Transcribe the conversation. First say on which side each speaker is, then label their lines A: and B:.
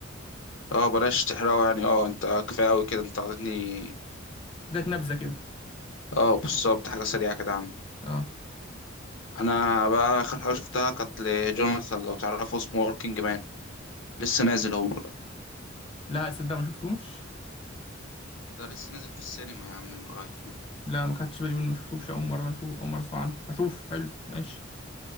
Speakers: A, on the left (about 70°); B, on the left (about 25°).
A: اه بلاش تحرقه يعني اه انت كفايه قوي كده انت عطيتني
B: اداك نبذه كده
A: اه بالظبط حاجه سريعه كده عنه
B: اه
A: انا بقى اخر حاجه شفتها كانت لجوناثان لو تعرفه اسمه وركينج مان لسه نازل هو بقى.
B: لا صدق ما شفتوش
A: ده لسه نازل في السينما يا عم من قريب
B: لا ما خدتش بالي منه ما شفتوش اول مره اشوف اول مره اسمع عنه هشوف حلو ماشي